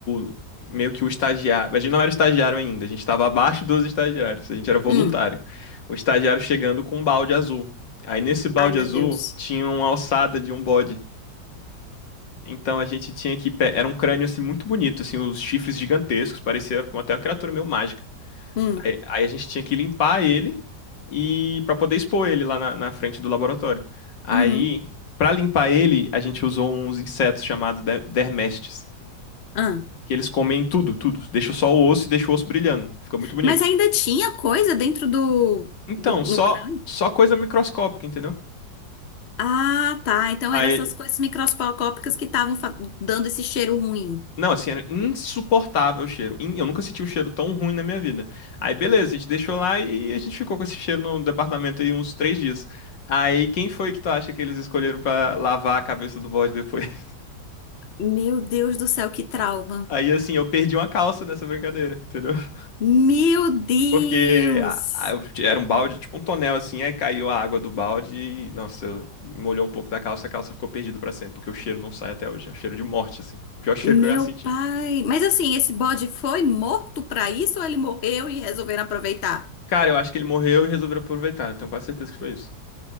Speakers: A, on the left; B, on the left.
A: o- Meio que o estagiário. A gente não era estagiário ainda, a gente estava abaixo dos estagiários, a gente era voluntário.
B: Hum.
A: O estagiário chegando com um balde azul. Aí nesse balde
B: Ai, meu
A: azul
B: Deus.
A: tinha uma ossada de um bode. Então a gente tinha que. pe- Era um crânio assim muito bonito, assim, os chifres gigantescos, parecia até uma criatura meio mágica.
B: Hum.
A: Aí, aí a gente tinha que limpar ele e para poder expor ele lá na, na frente do laboratório. Aí,
B: Uhum.
A: para limpar ele, a gente usou uns insetos chamados de- dermestes,
B: Ah.
A: que eles comem tudo, tudo. Deixa só o osso e deixa o osso brilhando. Fica muito bonito.
B: Mas ainda tinha coisa dentro do,
A: Então,
B: do
A: só
B: no crânio?
A: só coisa microscópica, entendeu?
B: Ah, tá. Então
A: Aí
B: eram essas coisas microscópicas que estavam fa- dando esse cheiro ruim.
A: Não, assim, era insuportável o cheiro. In- Eu nunca senti um cheiro tão ruim na minha vida. Aí, beleza, a gente deixou lá e a gente ficou com esse cheiro no departamento aí uns três dias. Aí, quem foi que tu acha que eles escolheram pra lavar a cabeça do bode depois? <laughs>
B: Meu Deus do céu, que trauma.
A: Aí, assim, eu perdi uma calça nessa brincadeira, entendeu? <laughs>
B: Meu Deus!
A: Porque a- a- eu- era um balde, tipo um tonel, assim, aí caiu a água do balde e, nossa, eu- molhou um pouco da calça, a calça ficou perdida pra sempre, porque o cheiro não sai até hoje. É um cheiro de morte, assim. Pior cheiro
B: Meu
A: que eu já senti.
B: pai. Mas assim, esse bode foi morto pra isso ou ele morreu e resolveram aproveitar?
A: Cara, eu acho que ele morreu e resolveram aproveitar. Tenho quase certeza que foi isso.